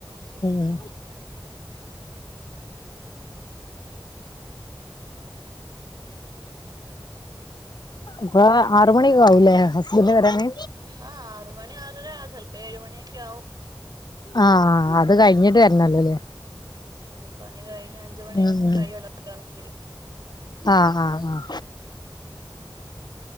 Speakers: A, on the right; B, on the left.
A: ശ
B: ഉം
A: ഉം
B: പ്പോ ആറ് മണിയെക്കെ ആവൂലേ ഹസ്ബന്റ് വരാന്
A: ആഹ് ആറ് മണി ആറര ചെലപ്പ ഏഴ് മണിയൊക്കെ ആവും
B: ആഹ് അത് കഴിഞ്ഞിട്ട് വരണല്ലോല്ലേ
A: ഉം പണി കഴിഞ്ഞ് അഞ്ച് മണിക്ക്
B: ഉം ഉം
A: കഴിയല്ലേ <unintelligible>
B: ആഹ് ആഹ് ആഹ്
A: ഉം